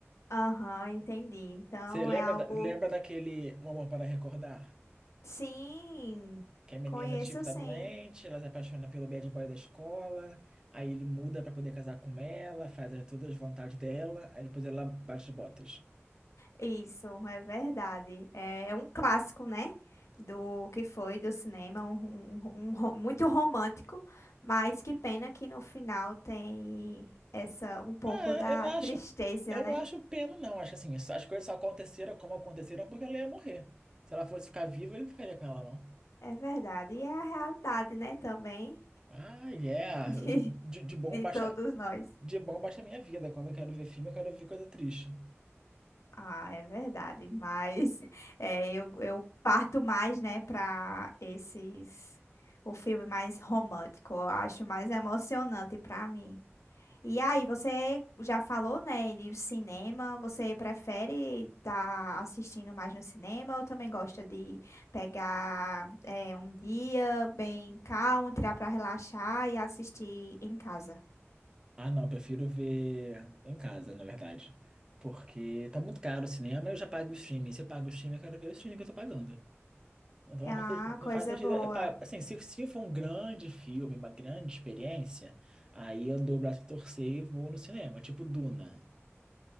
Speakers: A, on the left (about 85°); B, on the right (about 15°).
A: Aham, entendi. Então
B: Você lembra,
A: é algo.
B: da- lembra daquele Um Amor para Recordar?
A: Sim,
B: Que a menina,
A: conheço
B: tipo, tá
A: sim.
B: doente, ela se apaixona pelo bad boy da escola, aí ele muda pra poder casar com ela, faz as- todas as vontades dela, aí depois ela bate as botas.
A: Isso, é verdade. É, é um clássico, né? Do que foi do cinema, um, um- um ro- muito romântico, mas que pena que no final tem essa um pouco
B: Ah,
A: da
B: eu não acho,
A: tristeza,
B: eu
A: né?
B: não acho pena, não. Acho assim, as coisas só aconteceram como aconteceram porque ela ia morrer. Se ela fosse ficar viva, ele não ficaria com ela, não.
A: É verdade. E é a realidade, né, também
B: Ah, yeah.
A: <laughs> de,
B: De, de, de bom
A: de
B: basta,
A: todos nós.
B: de bom basta a minha vida. Quando eu quero ver filme, eu quero ver coisa triste.
A: Ah, é verdade. Mas <laughs> é, eu, eu parto mais, né, para esses o filme mais romântico. Eu acho mais emocionante para mim. E aí, você já falou, né, de cinema, você prefere estar assistindo mais no cinema ou também gosta de pegar eh, um dia bem calmo, tirar para relaxar e assistir em casa?
B: Ah, não, eu prefiro ver em casa, na verdade. Porque tá muito caro o cinema, eu já pago o streaming. Se eu pago o streaming, eu quero ver o streaming que eu tô pagando. Então
A: Ah,
B: não faz, não
A: coisa
B: faz sentido.
A: boa.
B: eu pa- Assim, se, se for um grande filme, uma grande experiência, aí eu dou o braço a torcer e vou no cinema, tipo Duna.